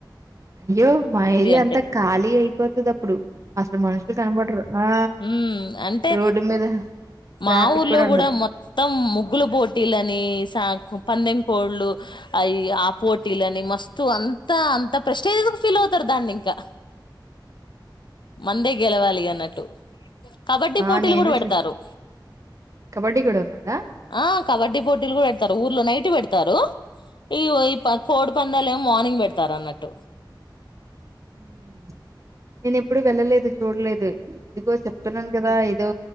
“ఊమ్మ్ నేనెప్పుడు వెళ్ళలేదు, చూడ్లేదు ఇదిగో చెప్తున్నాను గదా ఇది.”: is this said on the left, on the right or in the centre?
Right